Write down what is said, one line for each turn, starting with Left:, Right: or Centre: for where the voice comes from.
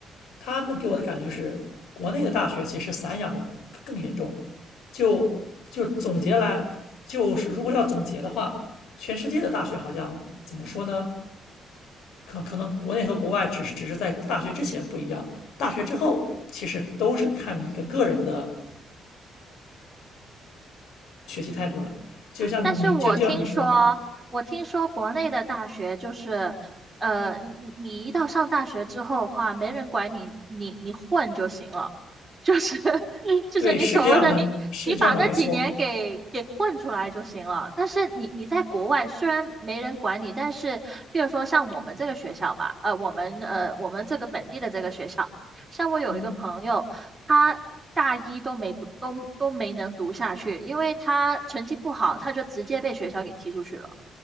Left: 他们给我的感觉是国内的大学其实散养的更严重，就就总结来就是如果要总结的话，全世界的大学好像怎么说呢？可可能国内和国外只是只是在大学之前不一样，大学之后其实都是看你一个个人的态度了。就像你就就像你说，
Right: 但是我听说，我听说国内的大学就是，呃，你你你一到上大学之后的话，没人管你，你你混就行了，就是 <laughs> 就是你所谓的你你把那几年给给混出来就行了。
Left: 对，是这样的，是这样的，没错。
Right: 但是你你在国外虽然没人管你，但是比如说像我们这个学校吧，呃，我们呃我们这个本地的这个学校。像我有一个朋友，
Left: 嗯，
Right: 他大一都没读，都都没能读下去，因为他成绩不好，他就直接被学校给踢出去了，